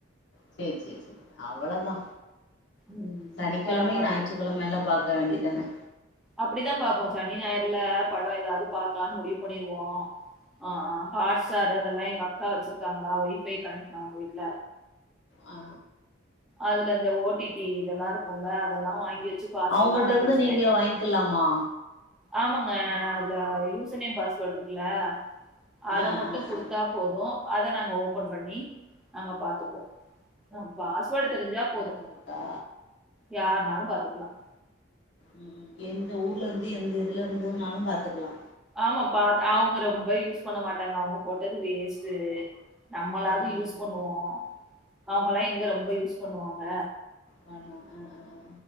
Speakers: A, on the left; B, in the centre.
A: செரி செரி செரி அவ்ளதா
B: ம்
A: சனிக்கெழமயு
B: படம் பாத்துப்
A: ஞாயிற்று கெழமேல பாக்க வேண்டிதானே
B: அப்டித்தா பாப்போ சனி ஞாயர்ல படொ எதாது பாக்கலானு முடிவு பண்ணிருவோ ஆ ஆ ஹாட்ஸ்டார் அதெல்லா எங்க அக்கா வச்சிருக்காங்களா வை பை கனெக்ஷன் அவுங்க வீட்ல
A: ஆ
B: அதுல இந்த ஓ டி டி இதெல்லா இருக்குல அதெல்லா வாங்கி வச்சு பாஸ்வேர்ட்லா
A: அவுங்கள்ட்டருந்து
B: வாங்கி வச்சுப்பே
A: நீங்க வாங்கிக்லாமா
B: ஆமாங்க அதுல யூசர்னேம் பாஸ்வேர்ட் இருக்குல்ல அத
A: ஆ
B: மட்டு
A: ஆ
B: குடுத்தா
A: ஆ
B: போது அத நாங்க ஓபன் பண்ணி நாங்க பாத்துப்போ ன பாஸ்வேர்டு தெரிஞ்சா போது
A: அதுக்கா
B: யார்னாலு பாத்துக்லா
A: ம் எந்த ஊர்ல இருந்து எந்த இதுலருந்துனாலு பாத்துக்கலா
B: ஆமாப்பா அவுங்க ரொம்ப யூஸ் பண்ண மாட்டாங்க அவுங்க போட்டது வேஸ்ட்டு நம்மளாது
A: ஆ ஆ ஆ
B: யூஸ் பண்ணுவோ
A: ஆ
B: அவுங்களா எங்க ரொம்ப யூஸ் பண்ணுவாங்க
A: பண்வோ அ அ